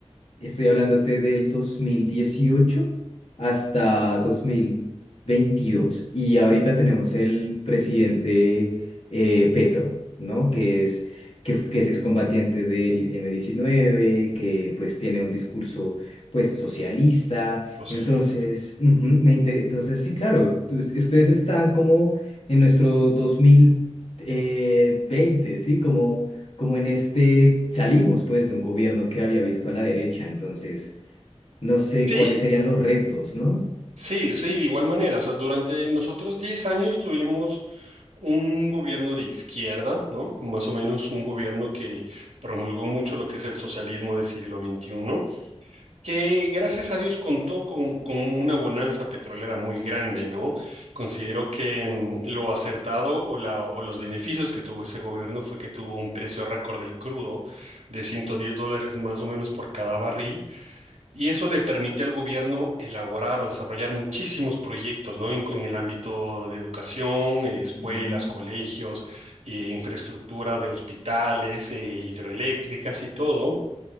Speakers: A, on the left; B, on the right.
A: Estoy hablándote del 2018 hasta dos mil veintidós Y ahorita tenemos el presidente eh, Petro, ¿no? Que es, que, que es excombatiente del m diecinueve que pues tiene un discurso pues socialista.
B: socialista?
A: Entonces, ujú, me inter- Entonces, sí, claro, tú- ustedes están como en nuestro dos mil eh, veinte ¿sí? Como como en este, salimos pues de un gobierno que había visto a la derecha, entonces no sé
B: Sí.
A: cuáles serían los retos, ¿no?
B: Sí, sí, de igual manera. O sea, durante nosotros 10 años tuvimos un gobierno de izquierda, ¿no? Más o menos un gobierno que promulgó mucho lo que es el socialismo del siglo XXI, que gracias a Dios contó con, con una bonanza petrolera muy grande, ¿no? Considero que mm, lo acertado o, la, o los beneficios que tuvo ese gobierno fue que tuvo un precio récord del crudo de 110 dólares más o menos por cada barril y eso le permite al gobierno elaborar o desarrollar muchísimos proyectos, ¿no? En, en el ámbito de educación, eh, escuelas,
A: Ujú,
B: colegios, eh, infraestructura de hospitales, eh, hidroeléctricas y todo.